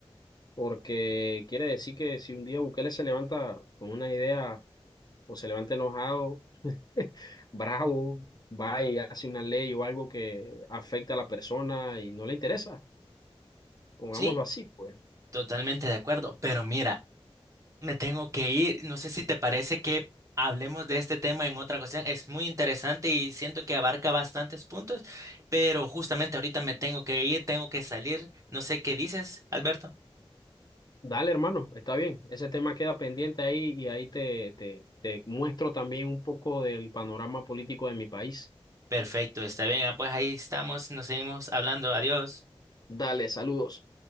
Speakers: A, on the left; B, on the right.
A: Porque quiere decir que si un día Bukele se levanta con una idea o se levanta enojado, <laughs> bravo, va y hace una ley o algo que afecta a la persona y no le interesa. Pongámoslo
B: Sí,
A: así, pues.
B: totalmente de acuerdo, pero mira, Me tengo que ir. No sé si te parece que hablemos de este tema en otra ocasión. Es muy interesante y siento que abarca bastantes puntos, pero justamente ahorita me tengo que ir, tengo que salir. No sé qué dices, Alberto.
A: Dale, hermano, está bien. Ese tema queda pendiente ahí y ahí te, te, te muestro también un poco del panorama político de mi país.
B: Perfecto, está bien. Ah, pues ahí estamos, nos seguimos hablando. Adiós.
A: Dale, saludos.